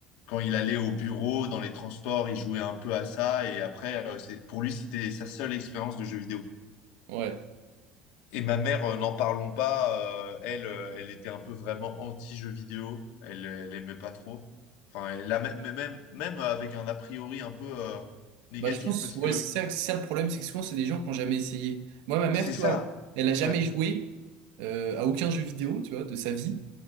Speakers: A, on the left (about 80°); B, on the right (about 80°).
A: quand il allait au bureau, dans les transports, il jouait un peu à ça. Et après, euh, c'est- pour lui, c'était sa seule expérience de jeu vidéo.
B: Ouais.
A: Et ma mère, euh, n'en parlons pas, euh, elle, euh, elle était un peu vraiment anti-jeu vidéo. Elle, elle aimait pas trop. Enfin, elle a même, même, même avec un a priori un peu euh, négatif,
B: Bah, je pense,
A: parce
B: ouais,
A: que
B: c'est ça, c'est ça le problème, c'est que souvent, c'est des gens qui n'ont jamais essayé. Moi, ma mère,
A: c'est
B: tu
A: ça.
B: vois, elle a jamais
A: Ouais.
B: joué euh, à aucun jeu vidéo, tu vois, de sa vie.